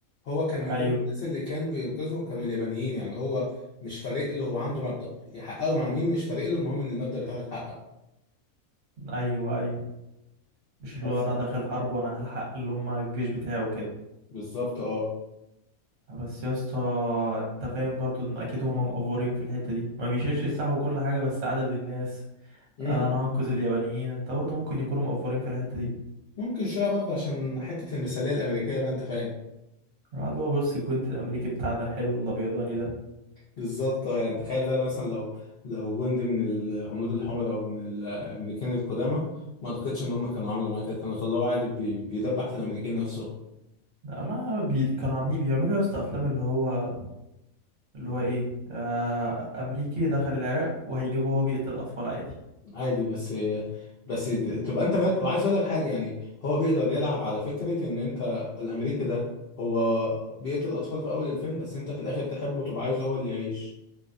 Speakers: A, on the left; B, on the right.
A: هو كان من مم.
B: ايوه
A: ضمن الناس اللي كان بينقذهم كانوا اليابانيين يعني هو مش فارق له هو عنده مبدأ يحققه مع مين مش فارق له المهم ان المبدأ بتاعه يتحقق
B: ايوه ايوه مش اللي
A: بس
B: هو انا داخل حرب وانا هلحق اللي هم الجيش بتاعي وكده
A: بالظبط اه
B: بس يا اسطى انت فاهم برضو ان اكيد هم مقفورين في الحتة دي ما بيشيلش السلاح وكل حاجة بس عدد الناس
A: امم
B: آه، انا هنقذ اليابانيين انت برضو ممكن يكونوا مقفورين في الحتة دي
A: ممكن شويه برضه عشان حته المثاليه الامريكيه بقى انت فاهم
B: قعد اللي هو بص الجندي الامريكي بتاعنا الحلو الابيضاني ده
A: بالظبط اه يعني تخيل ده لو مثلا لو لو جندي من الهنود الحمر او من الامريكان القدامى ما اعتقدش ان هم كانوا عملوا معاه كده كانوا طلعوا عادي بي- بيدبح في الامريكان نفسهم
B: ما بي... كانوا عاملين بيعملوا يا اسطى افلام اللي هو اللي هو ايه آه... امريكي دخل العراق وهيجيبه وهو بيقتل اطفال عادي
A: عادي بس بس تبقى انت مالك وعايز اقول لك حاجه يعني هو بيقدر يلعب على فكره ان انت الامريكي ده هو بيقتل اطفال في اول الفيلم بس انت في الاخر تحبه وتبقى عايزه هو اللي يعيش